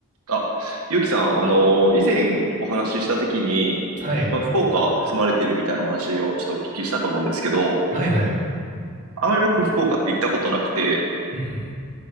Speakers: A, on the right; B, on the right.
A: あ、ゆうきさん、あの、以前お話ししたときに、
B: はい。
A: まあ、福岡住まれているみたいなお話をちょっとお聞きしたと思うんですけど、
B: はいはい。
A: あまり僕福岡って行ったことなくて、
B: うんうん